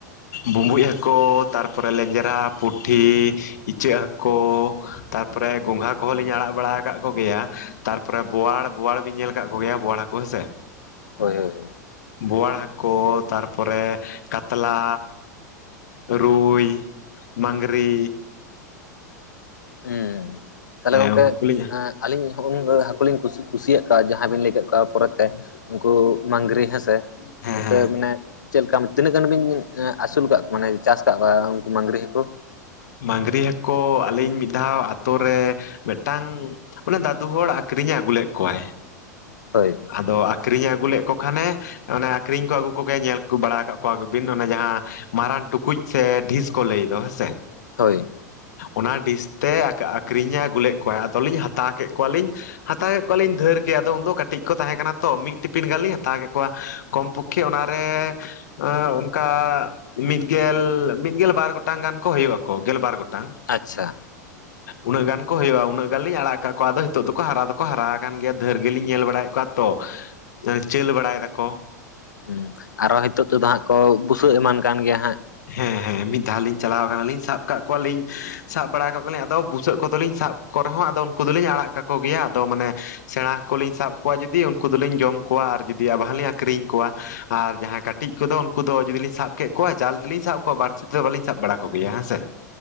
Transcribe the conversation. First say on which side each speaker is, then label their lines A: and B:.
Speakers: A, on the left (about 70°); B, on the left (about 85°).
A: ᱵᱩᱸᱵᱩᱡ ᱦᱟᱠᱳ ᱛᱟᱨᱯᱚᱨᱮ ᱞᱮᱸᱡᱽᱨᱟ ᱯᱩᱴᱷᱤ ᱤᱪᱟᱹᱜ ᱦᱟᱠᱳ ᱛᱟᱨᱯᱚᱨᱮ ᱜᱚᱝᱜᱷᱟ ᱠᱚᱦᱚᱸ ᱞᱤᱧ ᱟᱲᱟᱜ ᱵᱟᱲᱟ ᱠᱟᱫ ᱠᱚᱜᱮᱭᱟ ᱛᱟᱨᱯᱚᱨᱮ ᱵᱚᱣᱟᱲ ᱵᱚᱣᱟᱲ ᱵᱤᱱ ᱧᱮᱞ ᱠᱟᱫ ᱠᱚᱜᱮᱭᱟ ᱵᱚᱣᱟᱲ ᱦᱟᱠᱳ ᱦᱮᱸᱥᱮ
B: ᱦᱳᱭ ᱦᱳᱭ
A: ᱵᱚᱣᱟᱲ ᱦᱟᱠᱳ ᱛᱟᱨᱯᱚᱨᱮ ᱠᱟᱛᱞᱟ ᱨᱩᱭ ᱢᱟᱝᱜᱽᱨᱤ
B: ᱦᱩᱸ ᱛᱟᱦᱚᱞᱮ
A: ᱦᱮᱸ
B: ᱜᱚᱝᱠᱮ
A: ᱩᱱᱠᱩ ᱠᱚᱞᱤᱧ
B: ᱟᱹᱞᱤᱧ <inaudible> ᱦᱟᱠᱳ ᱞᱤᱧ ᱠᱩᱥᱤᱭᱟᱜ ᱠᱚᱣᱟ ᱡᱟᱦᱟᱸᱭ ᱵᱤᱱ ᱞᱟᱹᱭ ᱠᱮᱫ ᱠᱚᱣᱟ ᱯᱚᱨᱮᱛᱮ ᱩᱱᱠᱩ ᱢᱟᱝᱜᱨᱤ ᱦᱮᱸᱥᱮ
A: ᱦᱮᱸ
B: ᱚᱱᱛᱮ
A: ᱦᱮᱸ
B: ᱢᱟᱱᱮ ᱪᱮᱫ ᱞᱮᱠᱟ ᱛᱤᱱᱟᱹᱜ ᱜᱟᱱ ᱵᱤᱱ ᱟᱹᱥᱩᱞ ᱠᱟᱫ ᱠᱚᱣᱟ ᱢᱟᱱᱮ ᱪᱟᱥ ᱠᱟᱫ ᱠᱚᱣᱟ ᱩᱱᱠᱩ ᱢᱟᱝᱜᱽᱨᱤ ᱦᱟᱠᱳ
A: ᱢᱟᱜᱽᱨᱤ ᱦᱟᱠᱳ ᱟᱹᱞᱤᱧ ᱢᱤᱫ ᱫᱷᱟᱣ ᱟᱛᱳ ᱨᱮ ᱢᱤᱫᱴᱟᱝ ᱢᱟᱱᱮ ᱫᱟᱫᱩ ᱦᱚᱲ ᱟᱠᱷᱨᱤᱧᱮ ᱟᱹᱜᱩ ᱞᱮᱫ ᱠᱚᱣᱟᱭ
B: ᱦᱳᱭ
A: ᱟᱫᱚ ᱟᱠᱷᱨᱤᱧᱮ ᱟᱹᱜᱩ ᱞᱮᱫ ᱠᱚ ᱠᱷᱟᱱᱮ ᱚᱱᱮ ᱟᱠᱷᱨᱤᱧ ᱠᱚ ᱟᱹᱜᱩ ᱠᱚᱜᱮᱭᱟ ᱧᱮᱞ ᱠᱚ ᱵᱟᱲᱟ ᱠᱟᱫ ᱠᱚᱣᱟ ᱠᱚᱵᱤᱱ ᱚᱱᱮ ᱡᱟᱦᱟᱸ ᱢᱟᱨᱟᱝ ᱴᱩᱠᱩᱡ ᱥᱮ ᱰᱷᱤᱥ ᱠᱚ ᱞᱟᱹᱭ ᱫᱚ ᱦᱮᱸᱥᱮ
B: ᱦᱳᱭ
A: ᱚᱱᱟ ᱰᱤᱥ ᱛᱮ ᱟᱠᱷᱨᱤᱧᱮ ᱟᱹᱜᱩᱞᱮᱫ ᱠᱚᱣᱟᱭ ᱟᱫᱚᱞᱤᱧ ᱦᱟᱛᱟᱣ ᱠᱮᱫ ᱠᱚᱣᱟᱞᱤᱧ ᱦᱟᱛᱟᱣ ᱠᱮᱫ ᱠᱚᱣᱟᱞᱤᱧ ᱫᱷᱮᱨ ᱜᱮ ᱟᱫᱚ ᱩᱱ ᱫᱚ ᱠᱟᱹᱴᱤᱡ ᱠᱚ ᱛᱟᱦᱮᱸ ᱠᱟᱱᱟ ᱛᱚ ᱢᱤᱫ ᱴᱤᱯᱤᱱ ᱜᱟᱱ ᱞᱤᱧ ᱦᱟᱛᱟᱣ ᱠᱮᱫ ᱠᱚᱣᱟ ᱠᱚᱢ ᱯᱚᱠᱠᱷᱮ ᱚᱱᱟᱨᱮ ᱮ ᱚᱱᱠᱟ ᱢᱤᱫ ᱜᱮᱞ ᱢᱤᱫ ᱜᱮᱞ ᱵᱟᱨ ᱜᱚᱴᱟᱝ ᱜᱟᱱ ᱠᱚ ᱦᱳᱭᱳᱜ ᱟᱠᱚ ᱜᱮᱞ ᱵᱟᱨ ᱜᱚᱴᱟᱝ
B: ᱟᱪᱪᱷᱟ
A: ᱩᱱᱟᱹᱜ ᱜᱟᱱ ᱠᱚ ᱦᱳᱭᱳᱜ-ᱟ, ᱩᱱᱟᱹᱜ ᱜᱟᱱ ᱞᱤᱧ ᱟᱲᱟᱜ ᱠᱟᱜ ᱠᱚᱣᱟ ᱟᱫᱚ ᱦᱤᱛᱚᱜ ᱫᱚᱠᱚ ᱦᱟᱨᱟ ᱫᱚᱠᱚ ᱦᱟᱨᱟ ᱠᱟᱱ ᱜᱮᱭᱟ ᱫᱷᱟᱹᱨ ᱜᱮᱞᱤᱧ ᱧᱮᱞ ᱵᱟᱲᱟᱭᱮᱫ ᱠᱚᱣᱟ ᱛᱚ ᱪᱟᱹᱞ ᱵᱟᱲᱟᱭ ᱫᱟᱠᱚ
B: ᱦᱩᱸ ᱟᱨᱚ ᱦᱤᱛᱚᱜ ᱛᱮᱫᱚ ᱦᱟᱸᱜ ᱠᱚ ᱵᱩᱥᱟᱹᱜ ᱮᱢᱟᱱ ᱠᱟᱱ ᱜᱮᱭᱟ ᱦᱟᱸᱜ
A: ᱦᱮᱸ ᱦᱮᱸ ᱢᱤᱫ ᱫᱷᱟᱣ ᱞᱤᱧ ᱪᱟᱞᱟᱣ ᱠᱟᱱᱟᱞᱤᱧ ᱥᱟᱵ ᱠᱟᱜ ᱠᱚᱣᱟᱞᱤᱧ ᱥᱟᱵ ᱵᱟᱲᱟ ᱠᱟᱜ ᱠᱚᱣᱟᱞᱤᱧ ᱟᱫᱚ ᱵᱩᱥᱟᱹᱜ ᱠᱚᱫᱚᱞᱤᱧ ᱥᱟᱵ ᱠᱚ ᱨᱮᱦᱚᱸ ᱟᱫᱚ ᱩᱱᱠᱩ ᱫᱚᱞᱤᱧ ᱟᱲᱟᱜ ᱠᱟᱠᱚ ᱜᱮᱭᱟ ᱟᱫᱚ ᱢᱟᱱᱮ ᱥᱮᱬᱟ ᱦᱟᱠᱳ ᱞᱤᱧ ᱥᱟᱵ ᱠᱚᱣᱟ ᱡᱩᱫᱤ ᱩᱱᱠᱩ ᱫᱚᱞᱤᱧ ᱡᱚᱢ ᱠᱚᱣᱟ ᱟᱨ ᱡᱩᱫᱤ ᱟᱵᱟᱨ ᱞᱤᱧ ᱟᱠᱷᱨᱤᱧ ᱠᱚᱣᱟ ᱟᱨ ᱡᱟᱦᱟᱸᱭ ᱠᱟᱹᱴᱤᱡ ᱠᱚᱫᱚ ᱩᱱᱠᱩ ᱫᱚ ᱡᱩᱫᱤ ᱞᱤᱧ ᱥᱟᱵ ᱠᱮᱫ ᱠᱚᱣᱟ ᱡᱟᱞ ᱜᱮᱞᱤᱧ ᱥᱟᱵ ᱠᱚᱣᱟ ᱵᱟᱹᱲᱥᱤ ᱛᱮᱫᱚ ᱵᱟᱹᱞᱤᱧ ᱥᱟᱵ ᱵᱟᱲᱟ ᱠᱚᱜᱮᱭᱟ ᱦᱮᱸ ᱥᱮ